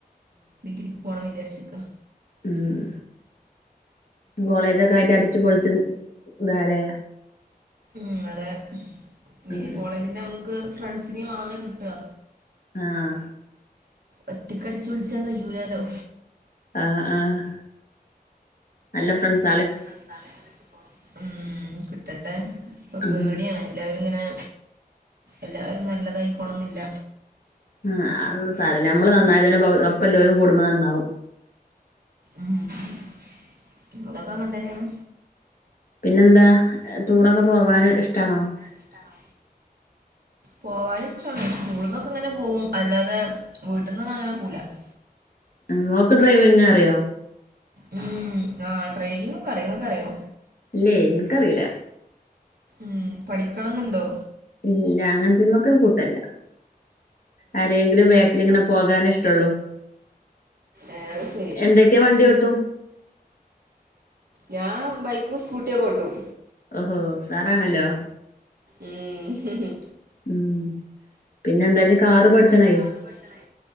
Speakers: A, on the right; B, on the left.
A: ഡിഗ്രിക്ക് പോണം വിചാര്ച്ചിക്ക.
B: മ്. മ്. കോളേജൊക്കായിട്ട് അടിച്ച് പൊളിച്ച് ൻ താലേ
A: മ് അതെ.
B: ഉം
A: ഏ കോളേജിലൊ ക്ക് ഫ്രണ്ട്സിനേയും ആ ല്ലൊ കിട്ടാ.
B: ആഹ്.
A: ഒറ്റക്കടിച്ച്പൊൾച്ചാ കയ്യൂലാലോ.
B: ആഹ് ആഹ് നല്ല ഫ്രണ്ട്സ്
A: നല്ല ഫ്രസാളൊക്കെ കിട്ടിക്കോളും. ഉം. കിട്ടട്ടെ. പ്പൊ
B: ഉം
A: പേടിയാണ്. എല്ലാരുങ്ങനെ എല്ലാരും നല്ലതായിക്കോണന്നില്ല.
B: ഉം. അന്നും സാരല്ല. അമ്മള് നന്നായാ തന്നെ പൊ ഒപ്പല്ലോലും കൂടുമ്പൊ നന്നാവും.
A: മ്. അതൊക്കെ അങ്ങൻ തന്നേണ്.
B: പിന്നെന്താ. ടൂറൊക്കെ പോവാന് ഇഷ്ടാണോ?
A: ഇഷ്ടാണോ? പോവാന് ഇഷ്ടാണ്. സ്കൂൾന്നൊക്കെങ്ങനെ പോവും. അല്ലാതെ വീട്ടന്നൊന്നും അങ്ങനെ പോല്ല. <inaudible>
B: ആഹ്. മോക്ക് ഡ്രൈവിങ് അറിയോ?
A: മ്. ആ ഡ്രൈവിങ്ങൊക്കെ അറിയ. ങ്ങക്കറിയൊ?
B: ഇല്ലേ. ഇൻക്കറീല.
A: മ്. പഠിക്കണെന്ന്ണ്ടോ?
B: ഇല്ല. അങ്ങൻത്ത്മക്കൊര് കൂട്ടല്ല. ആരേങ്കിലും വേക്ക്ല്ങ്ങനെ പോകാന് ഇഷ്ടള്ളു.
A: ഏ. ശരി.
B: എന്തക്കെ വണ്ടി ഒട്ടും?
A: ഞാ ബൈക്കും, സ്കൂട്ടിയൊക്കെ ഓട്ടും.
B: ഒഹോ. സ്സാറാണല്ലോ?
A: ഉം ഹ്ഹ്
B: ഉം. പിന്നെന്താ കാറ്
A: പിന്നെന്താ
B: പഠിച്ചണേ
A: ജ് കാറും പഠിച്ചനേ.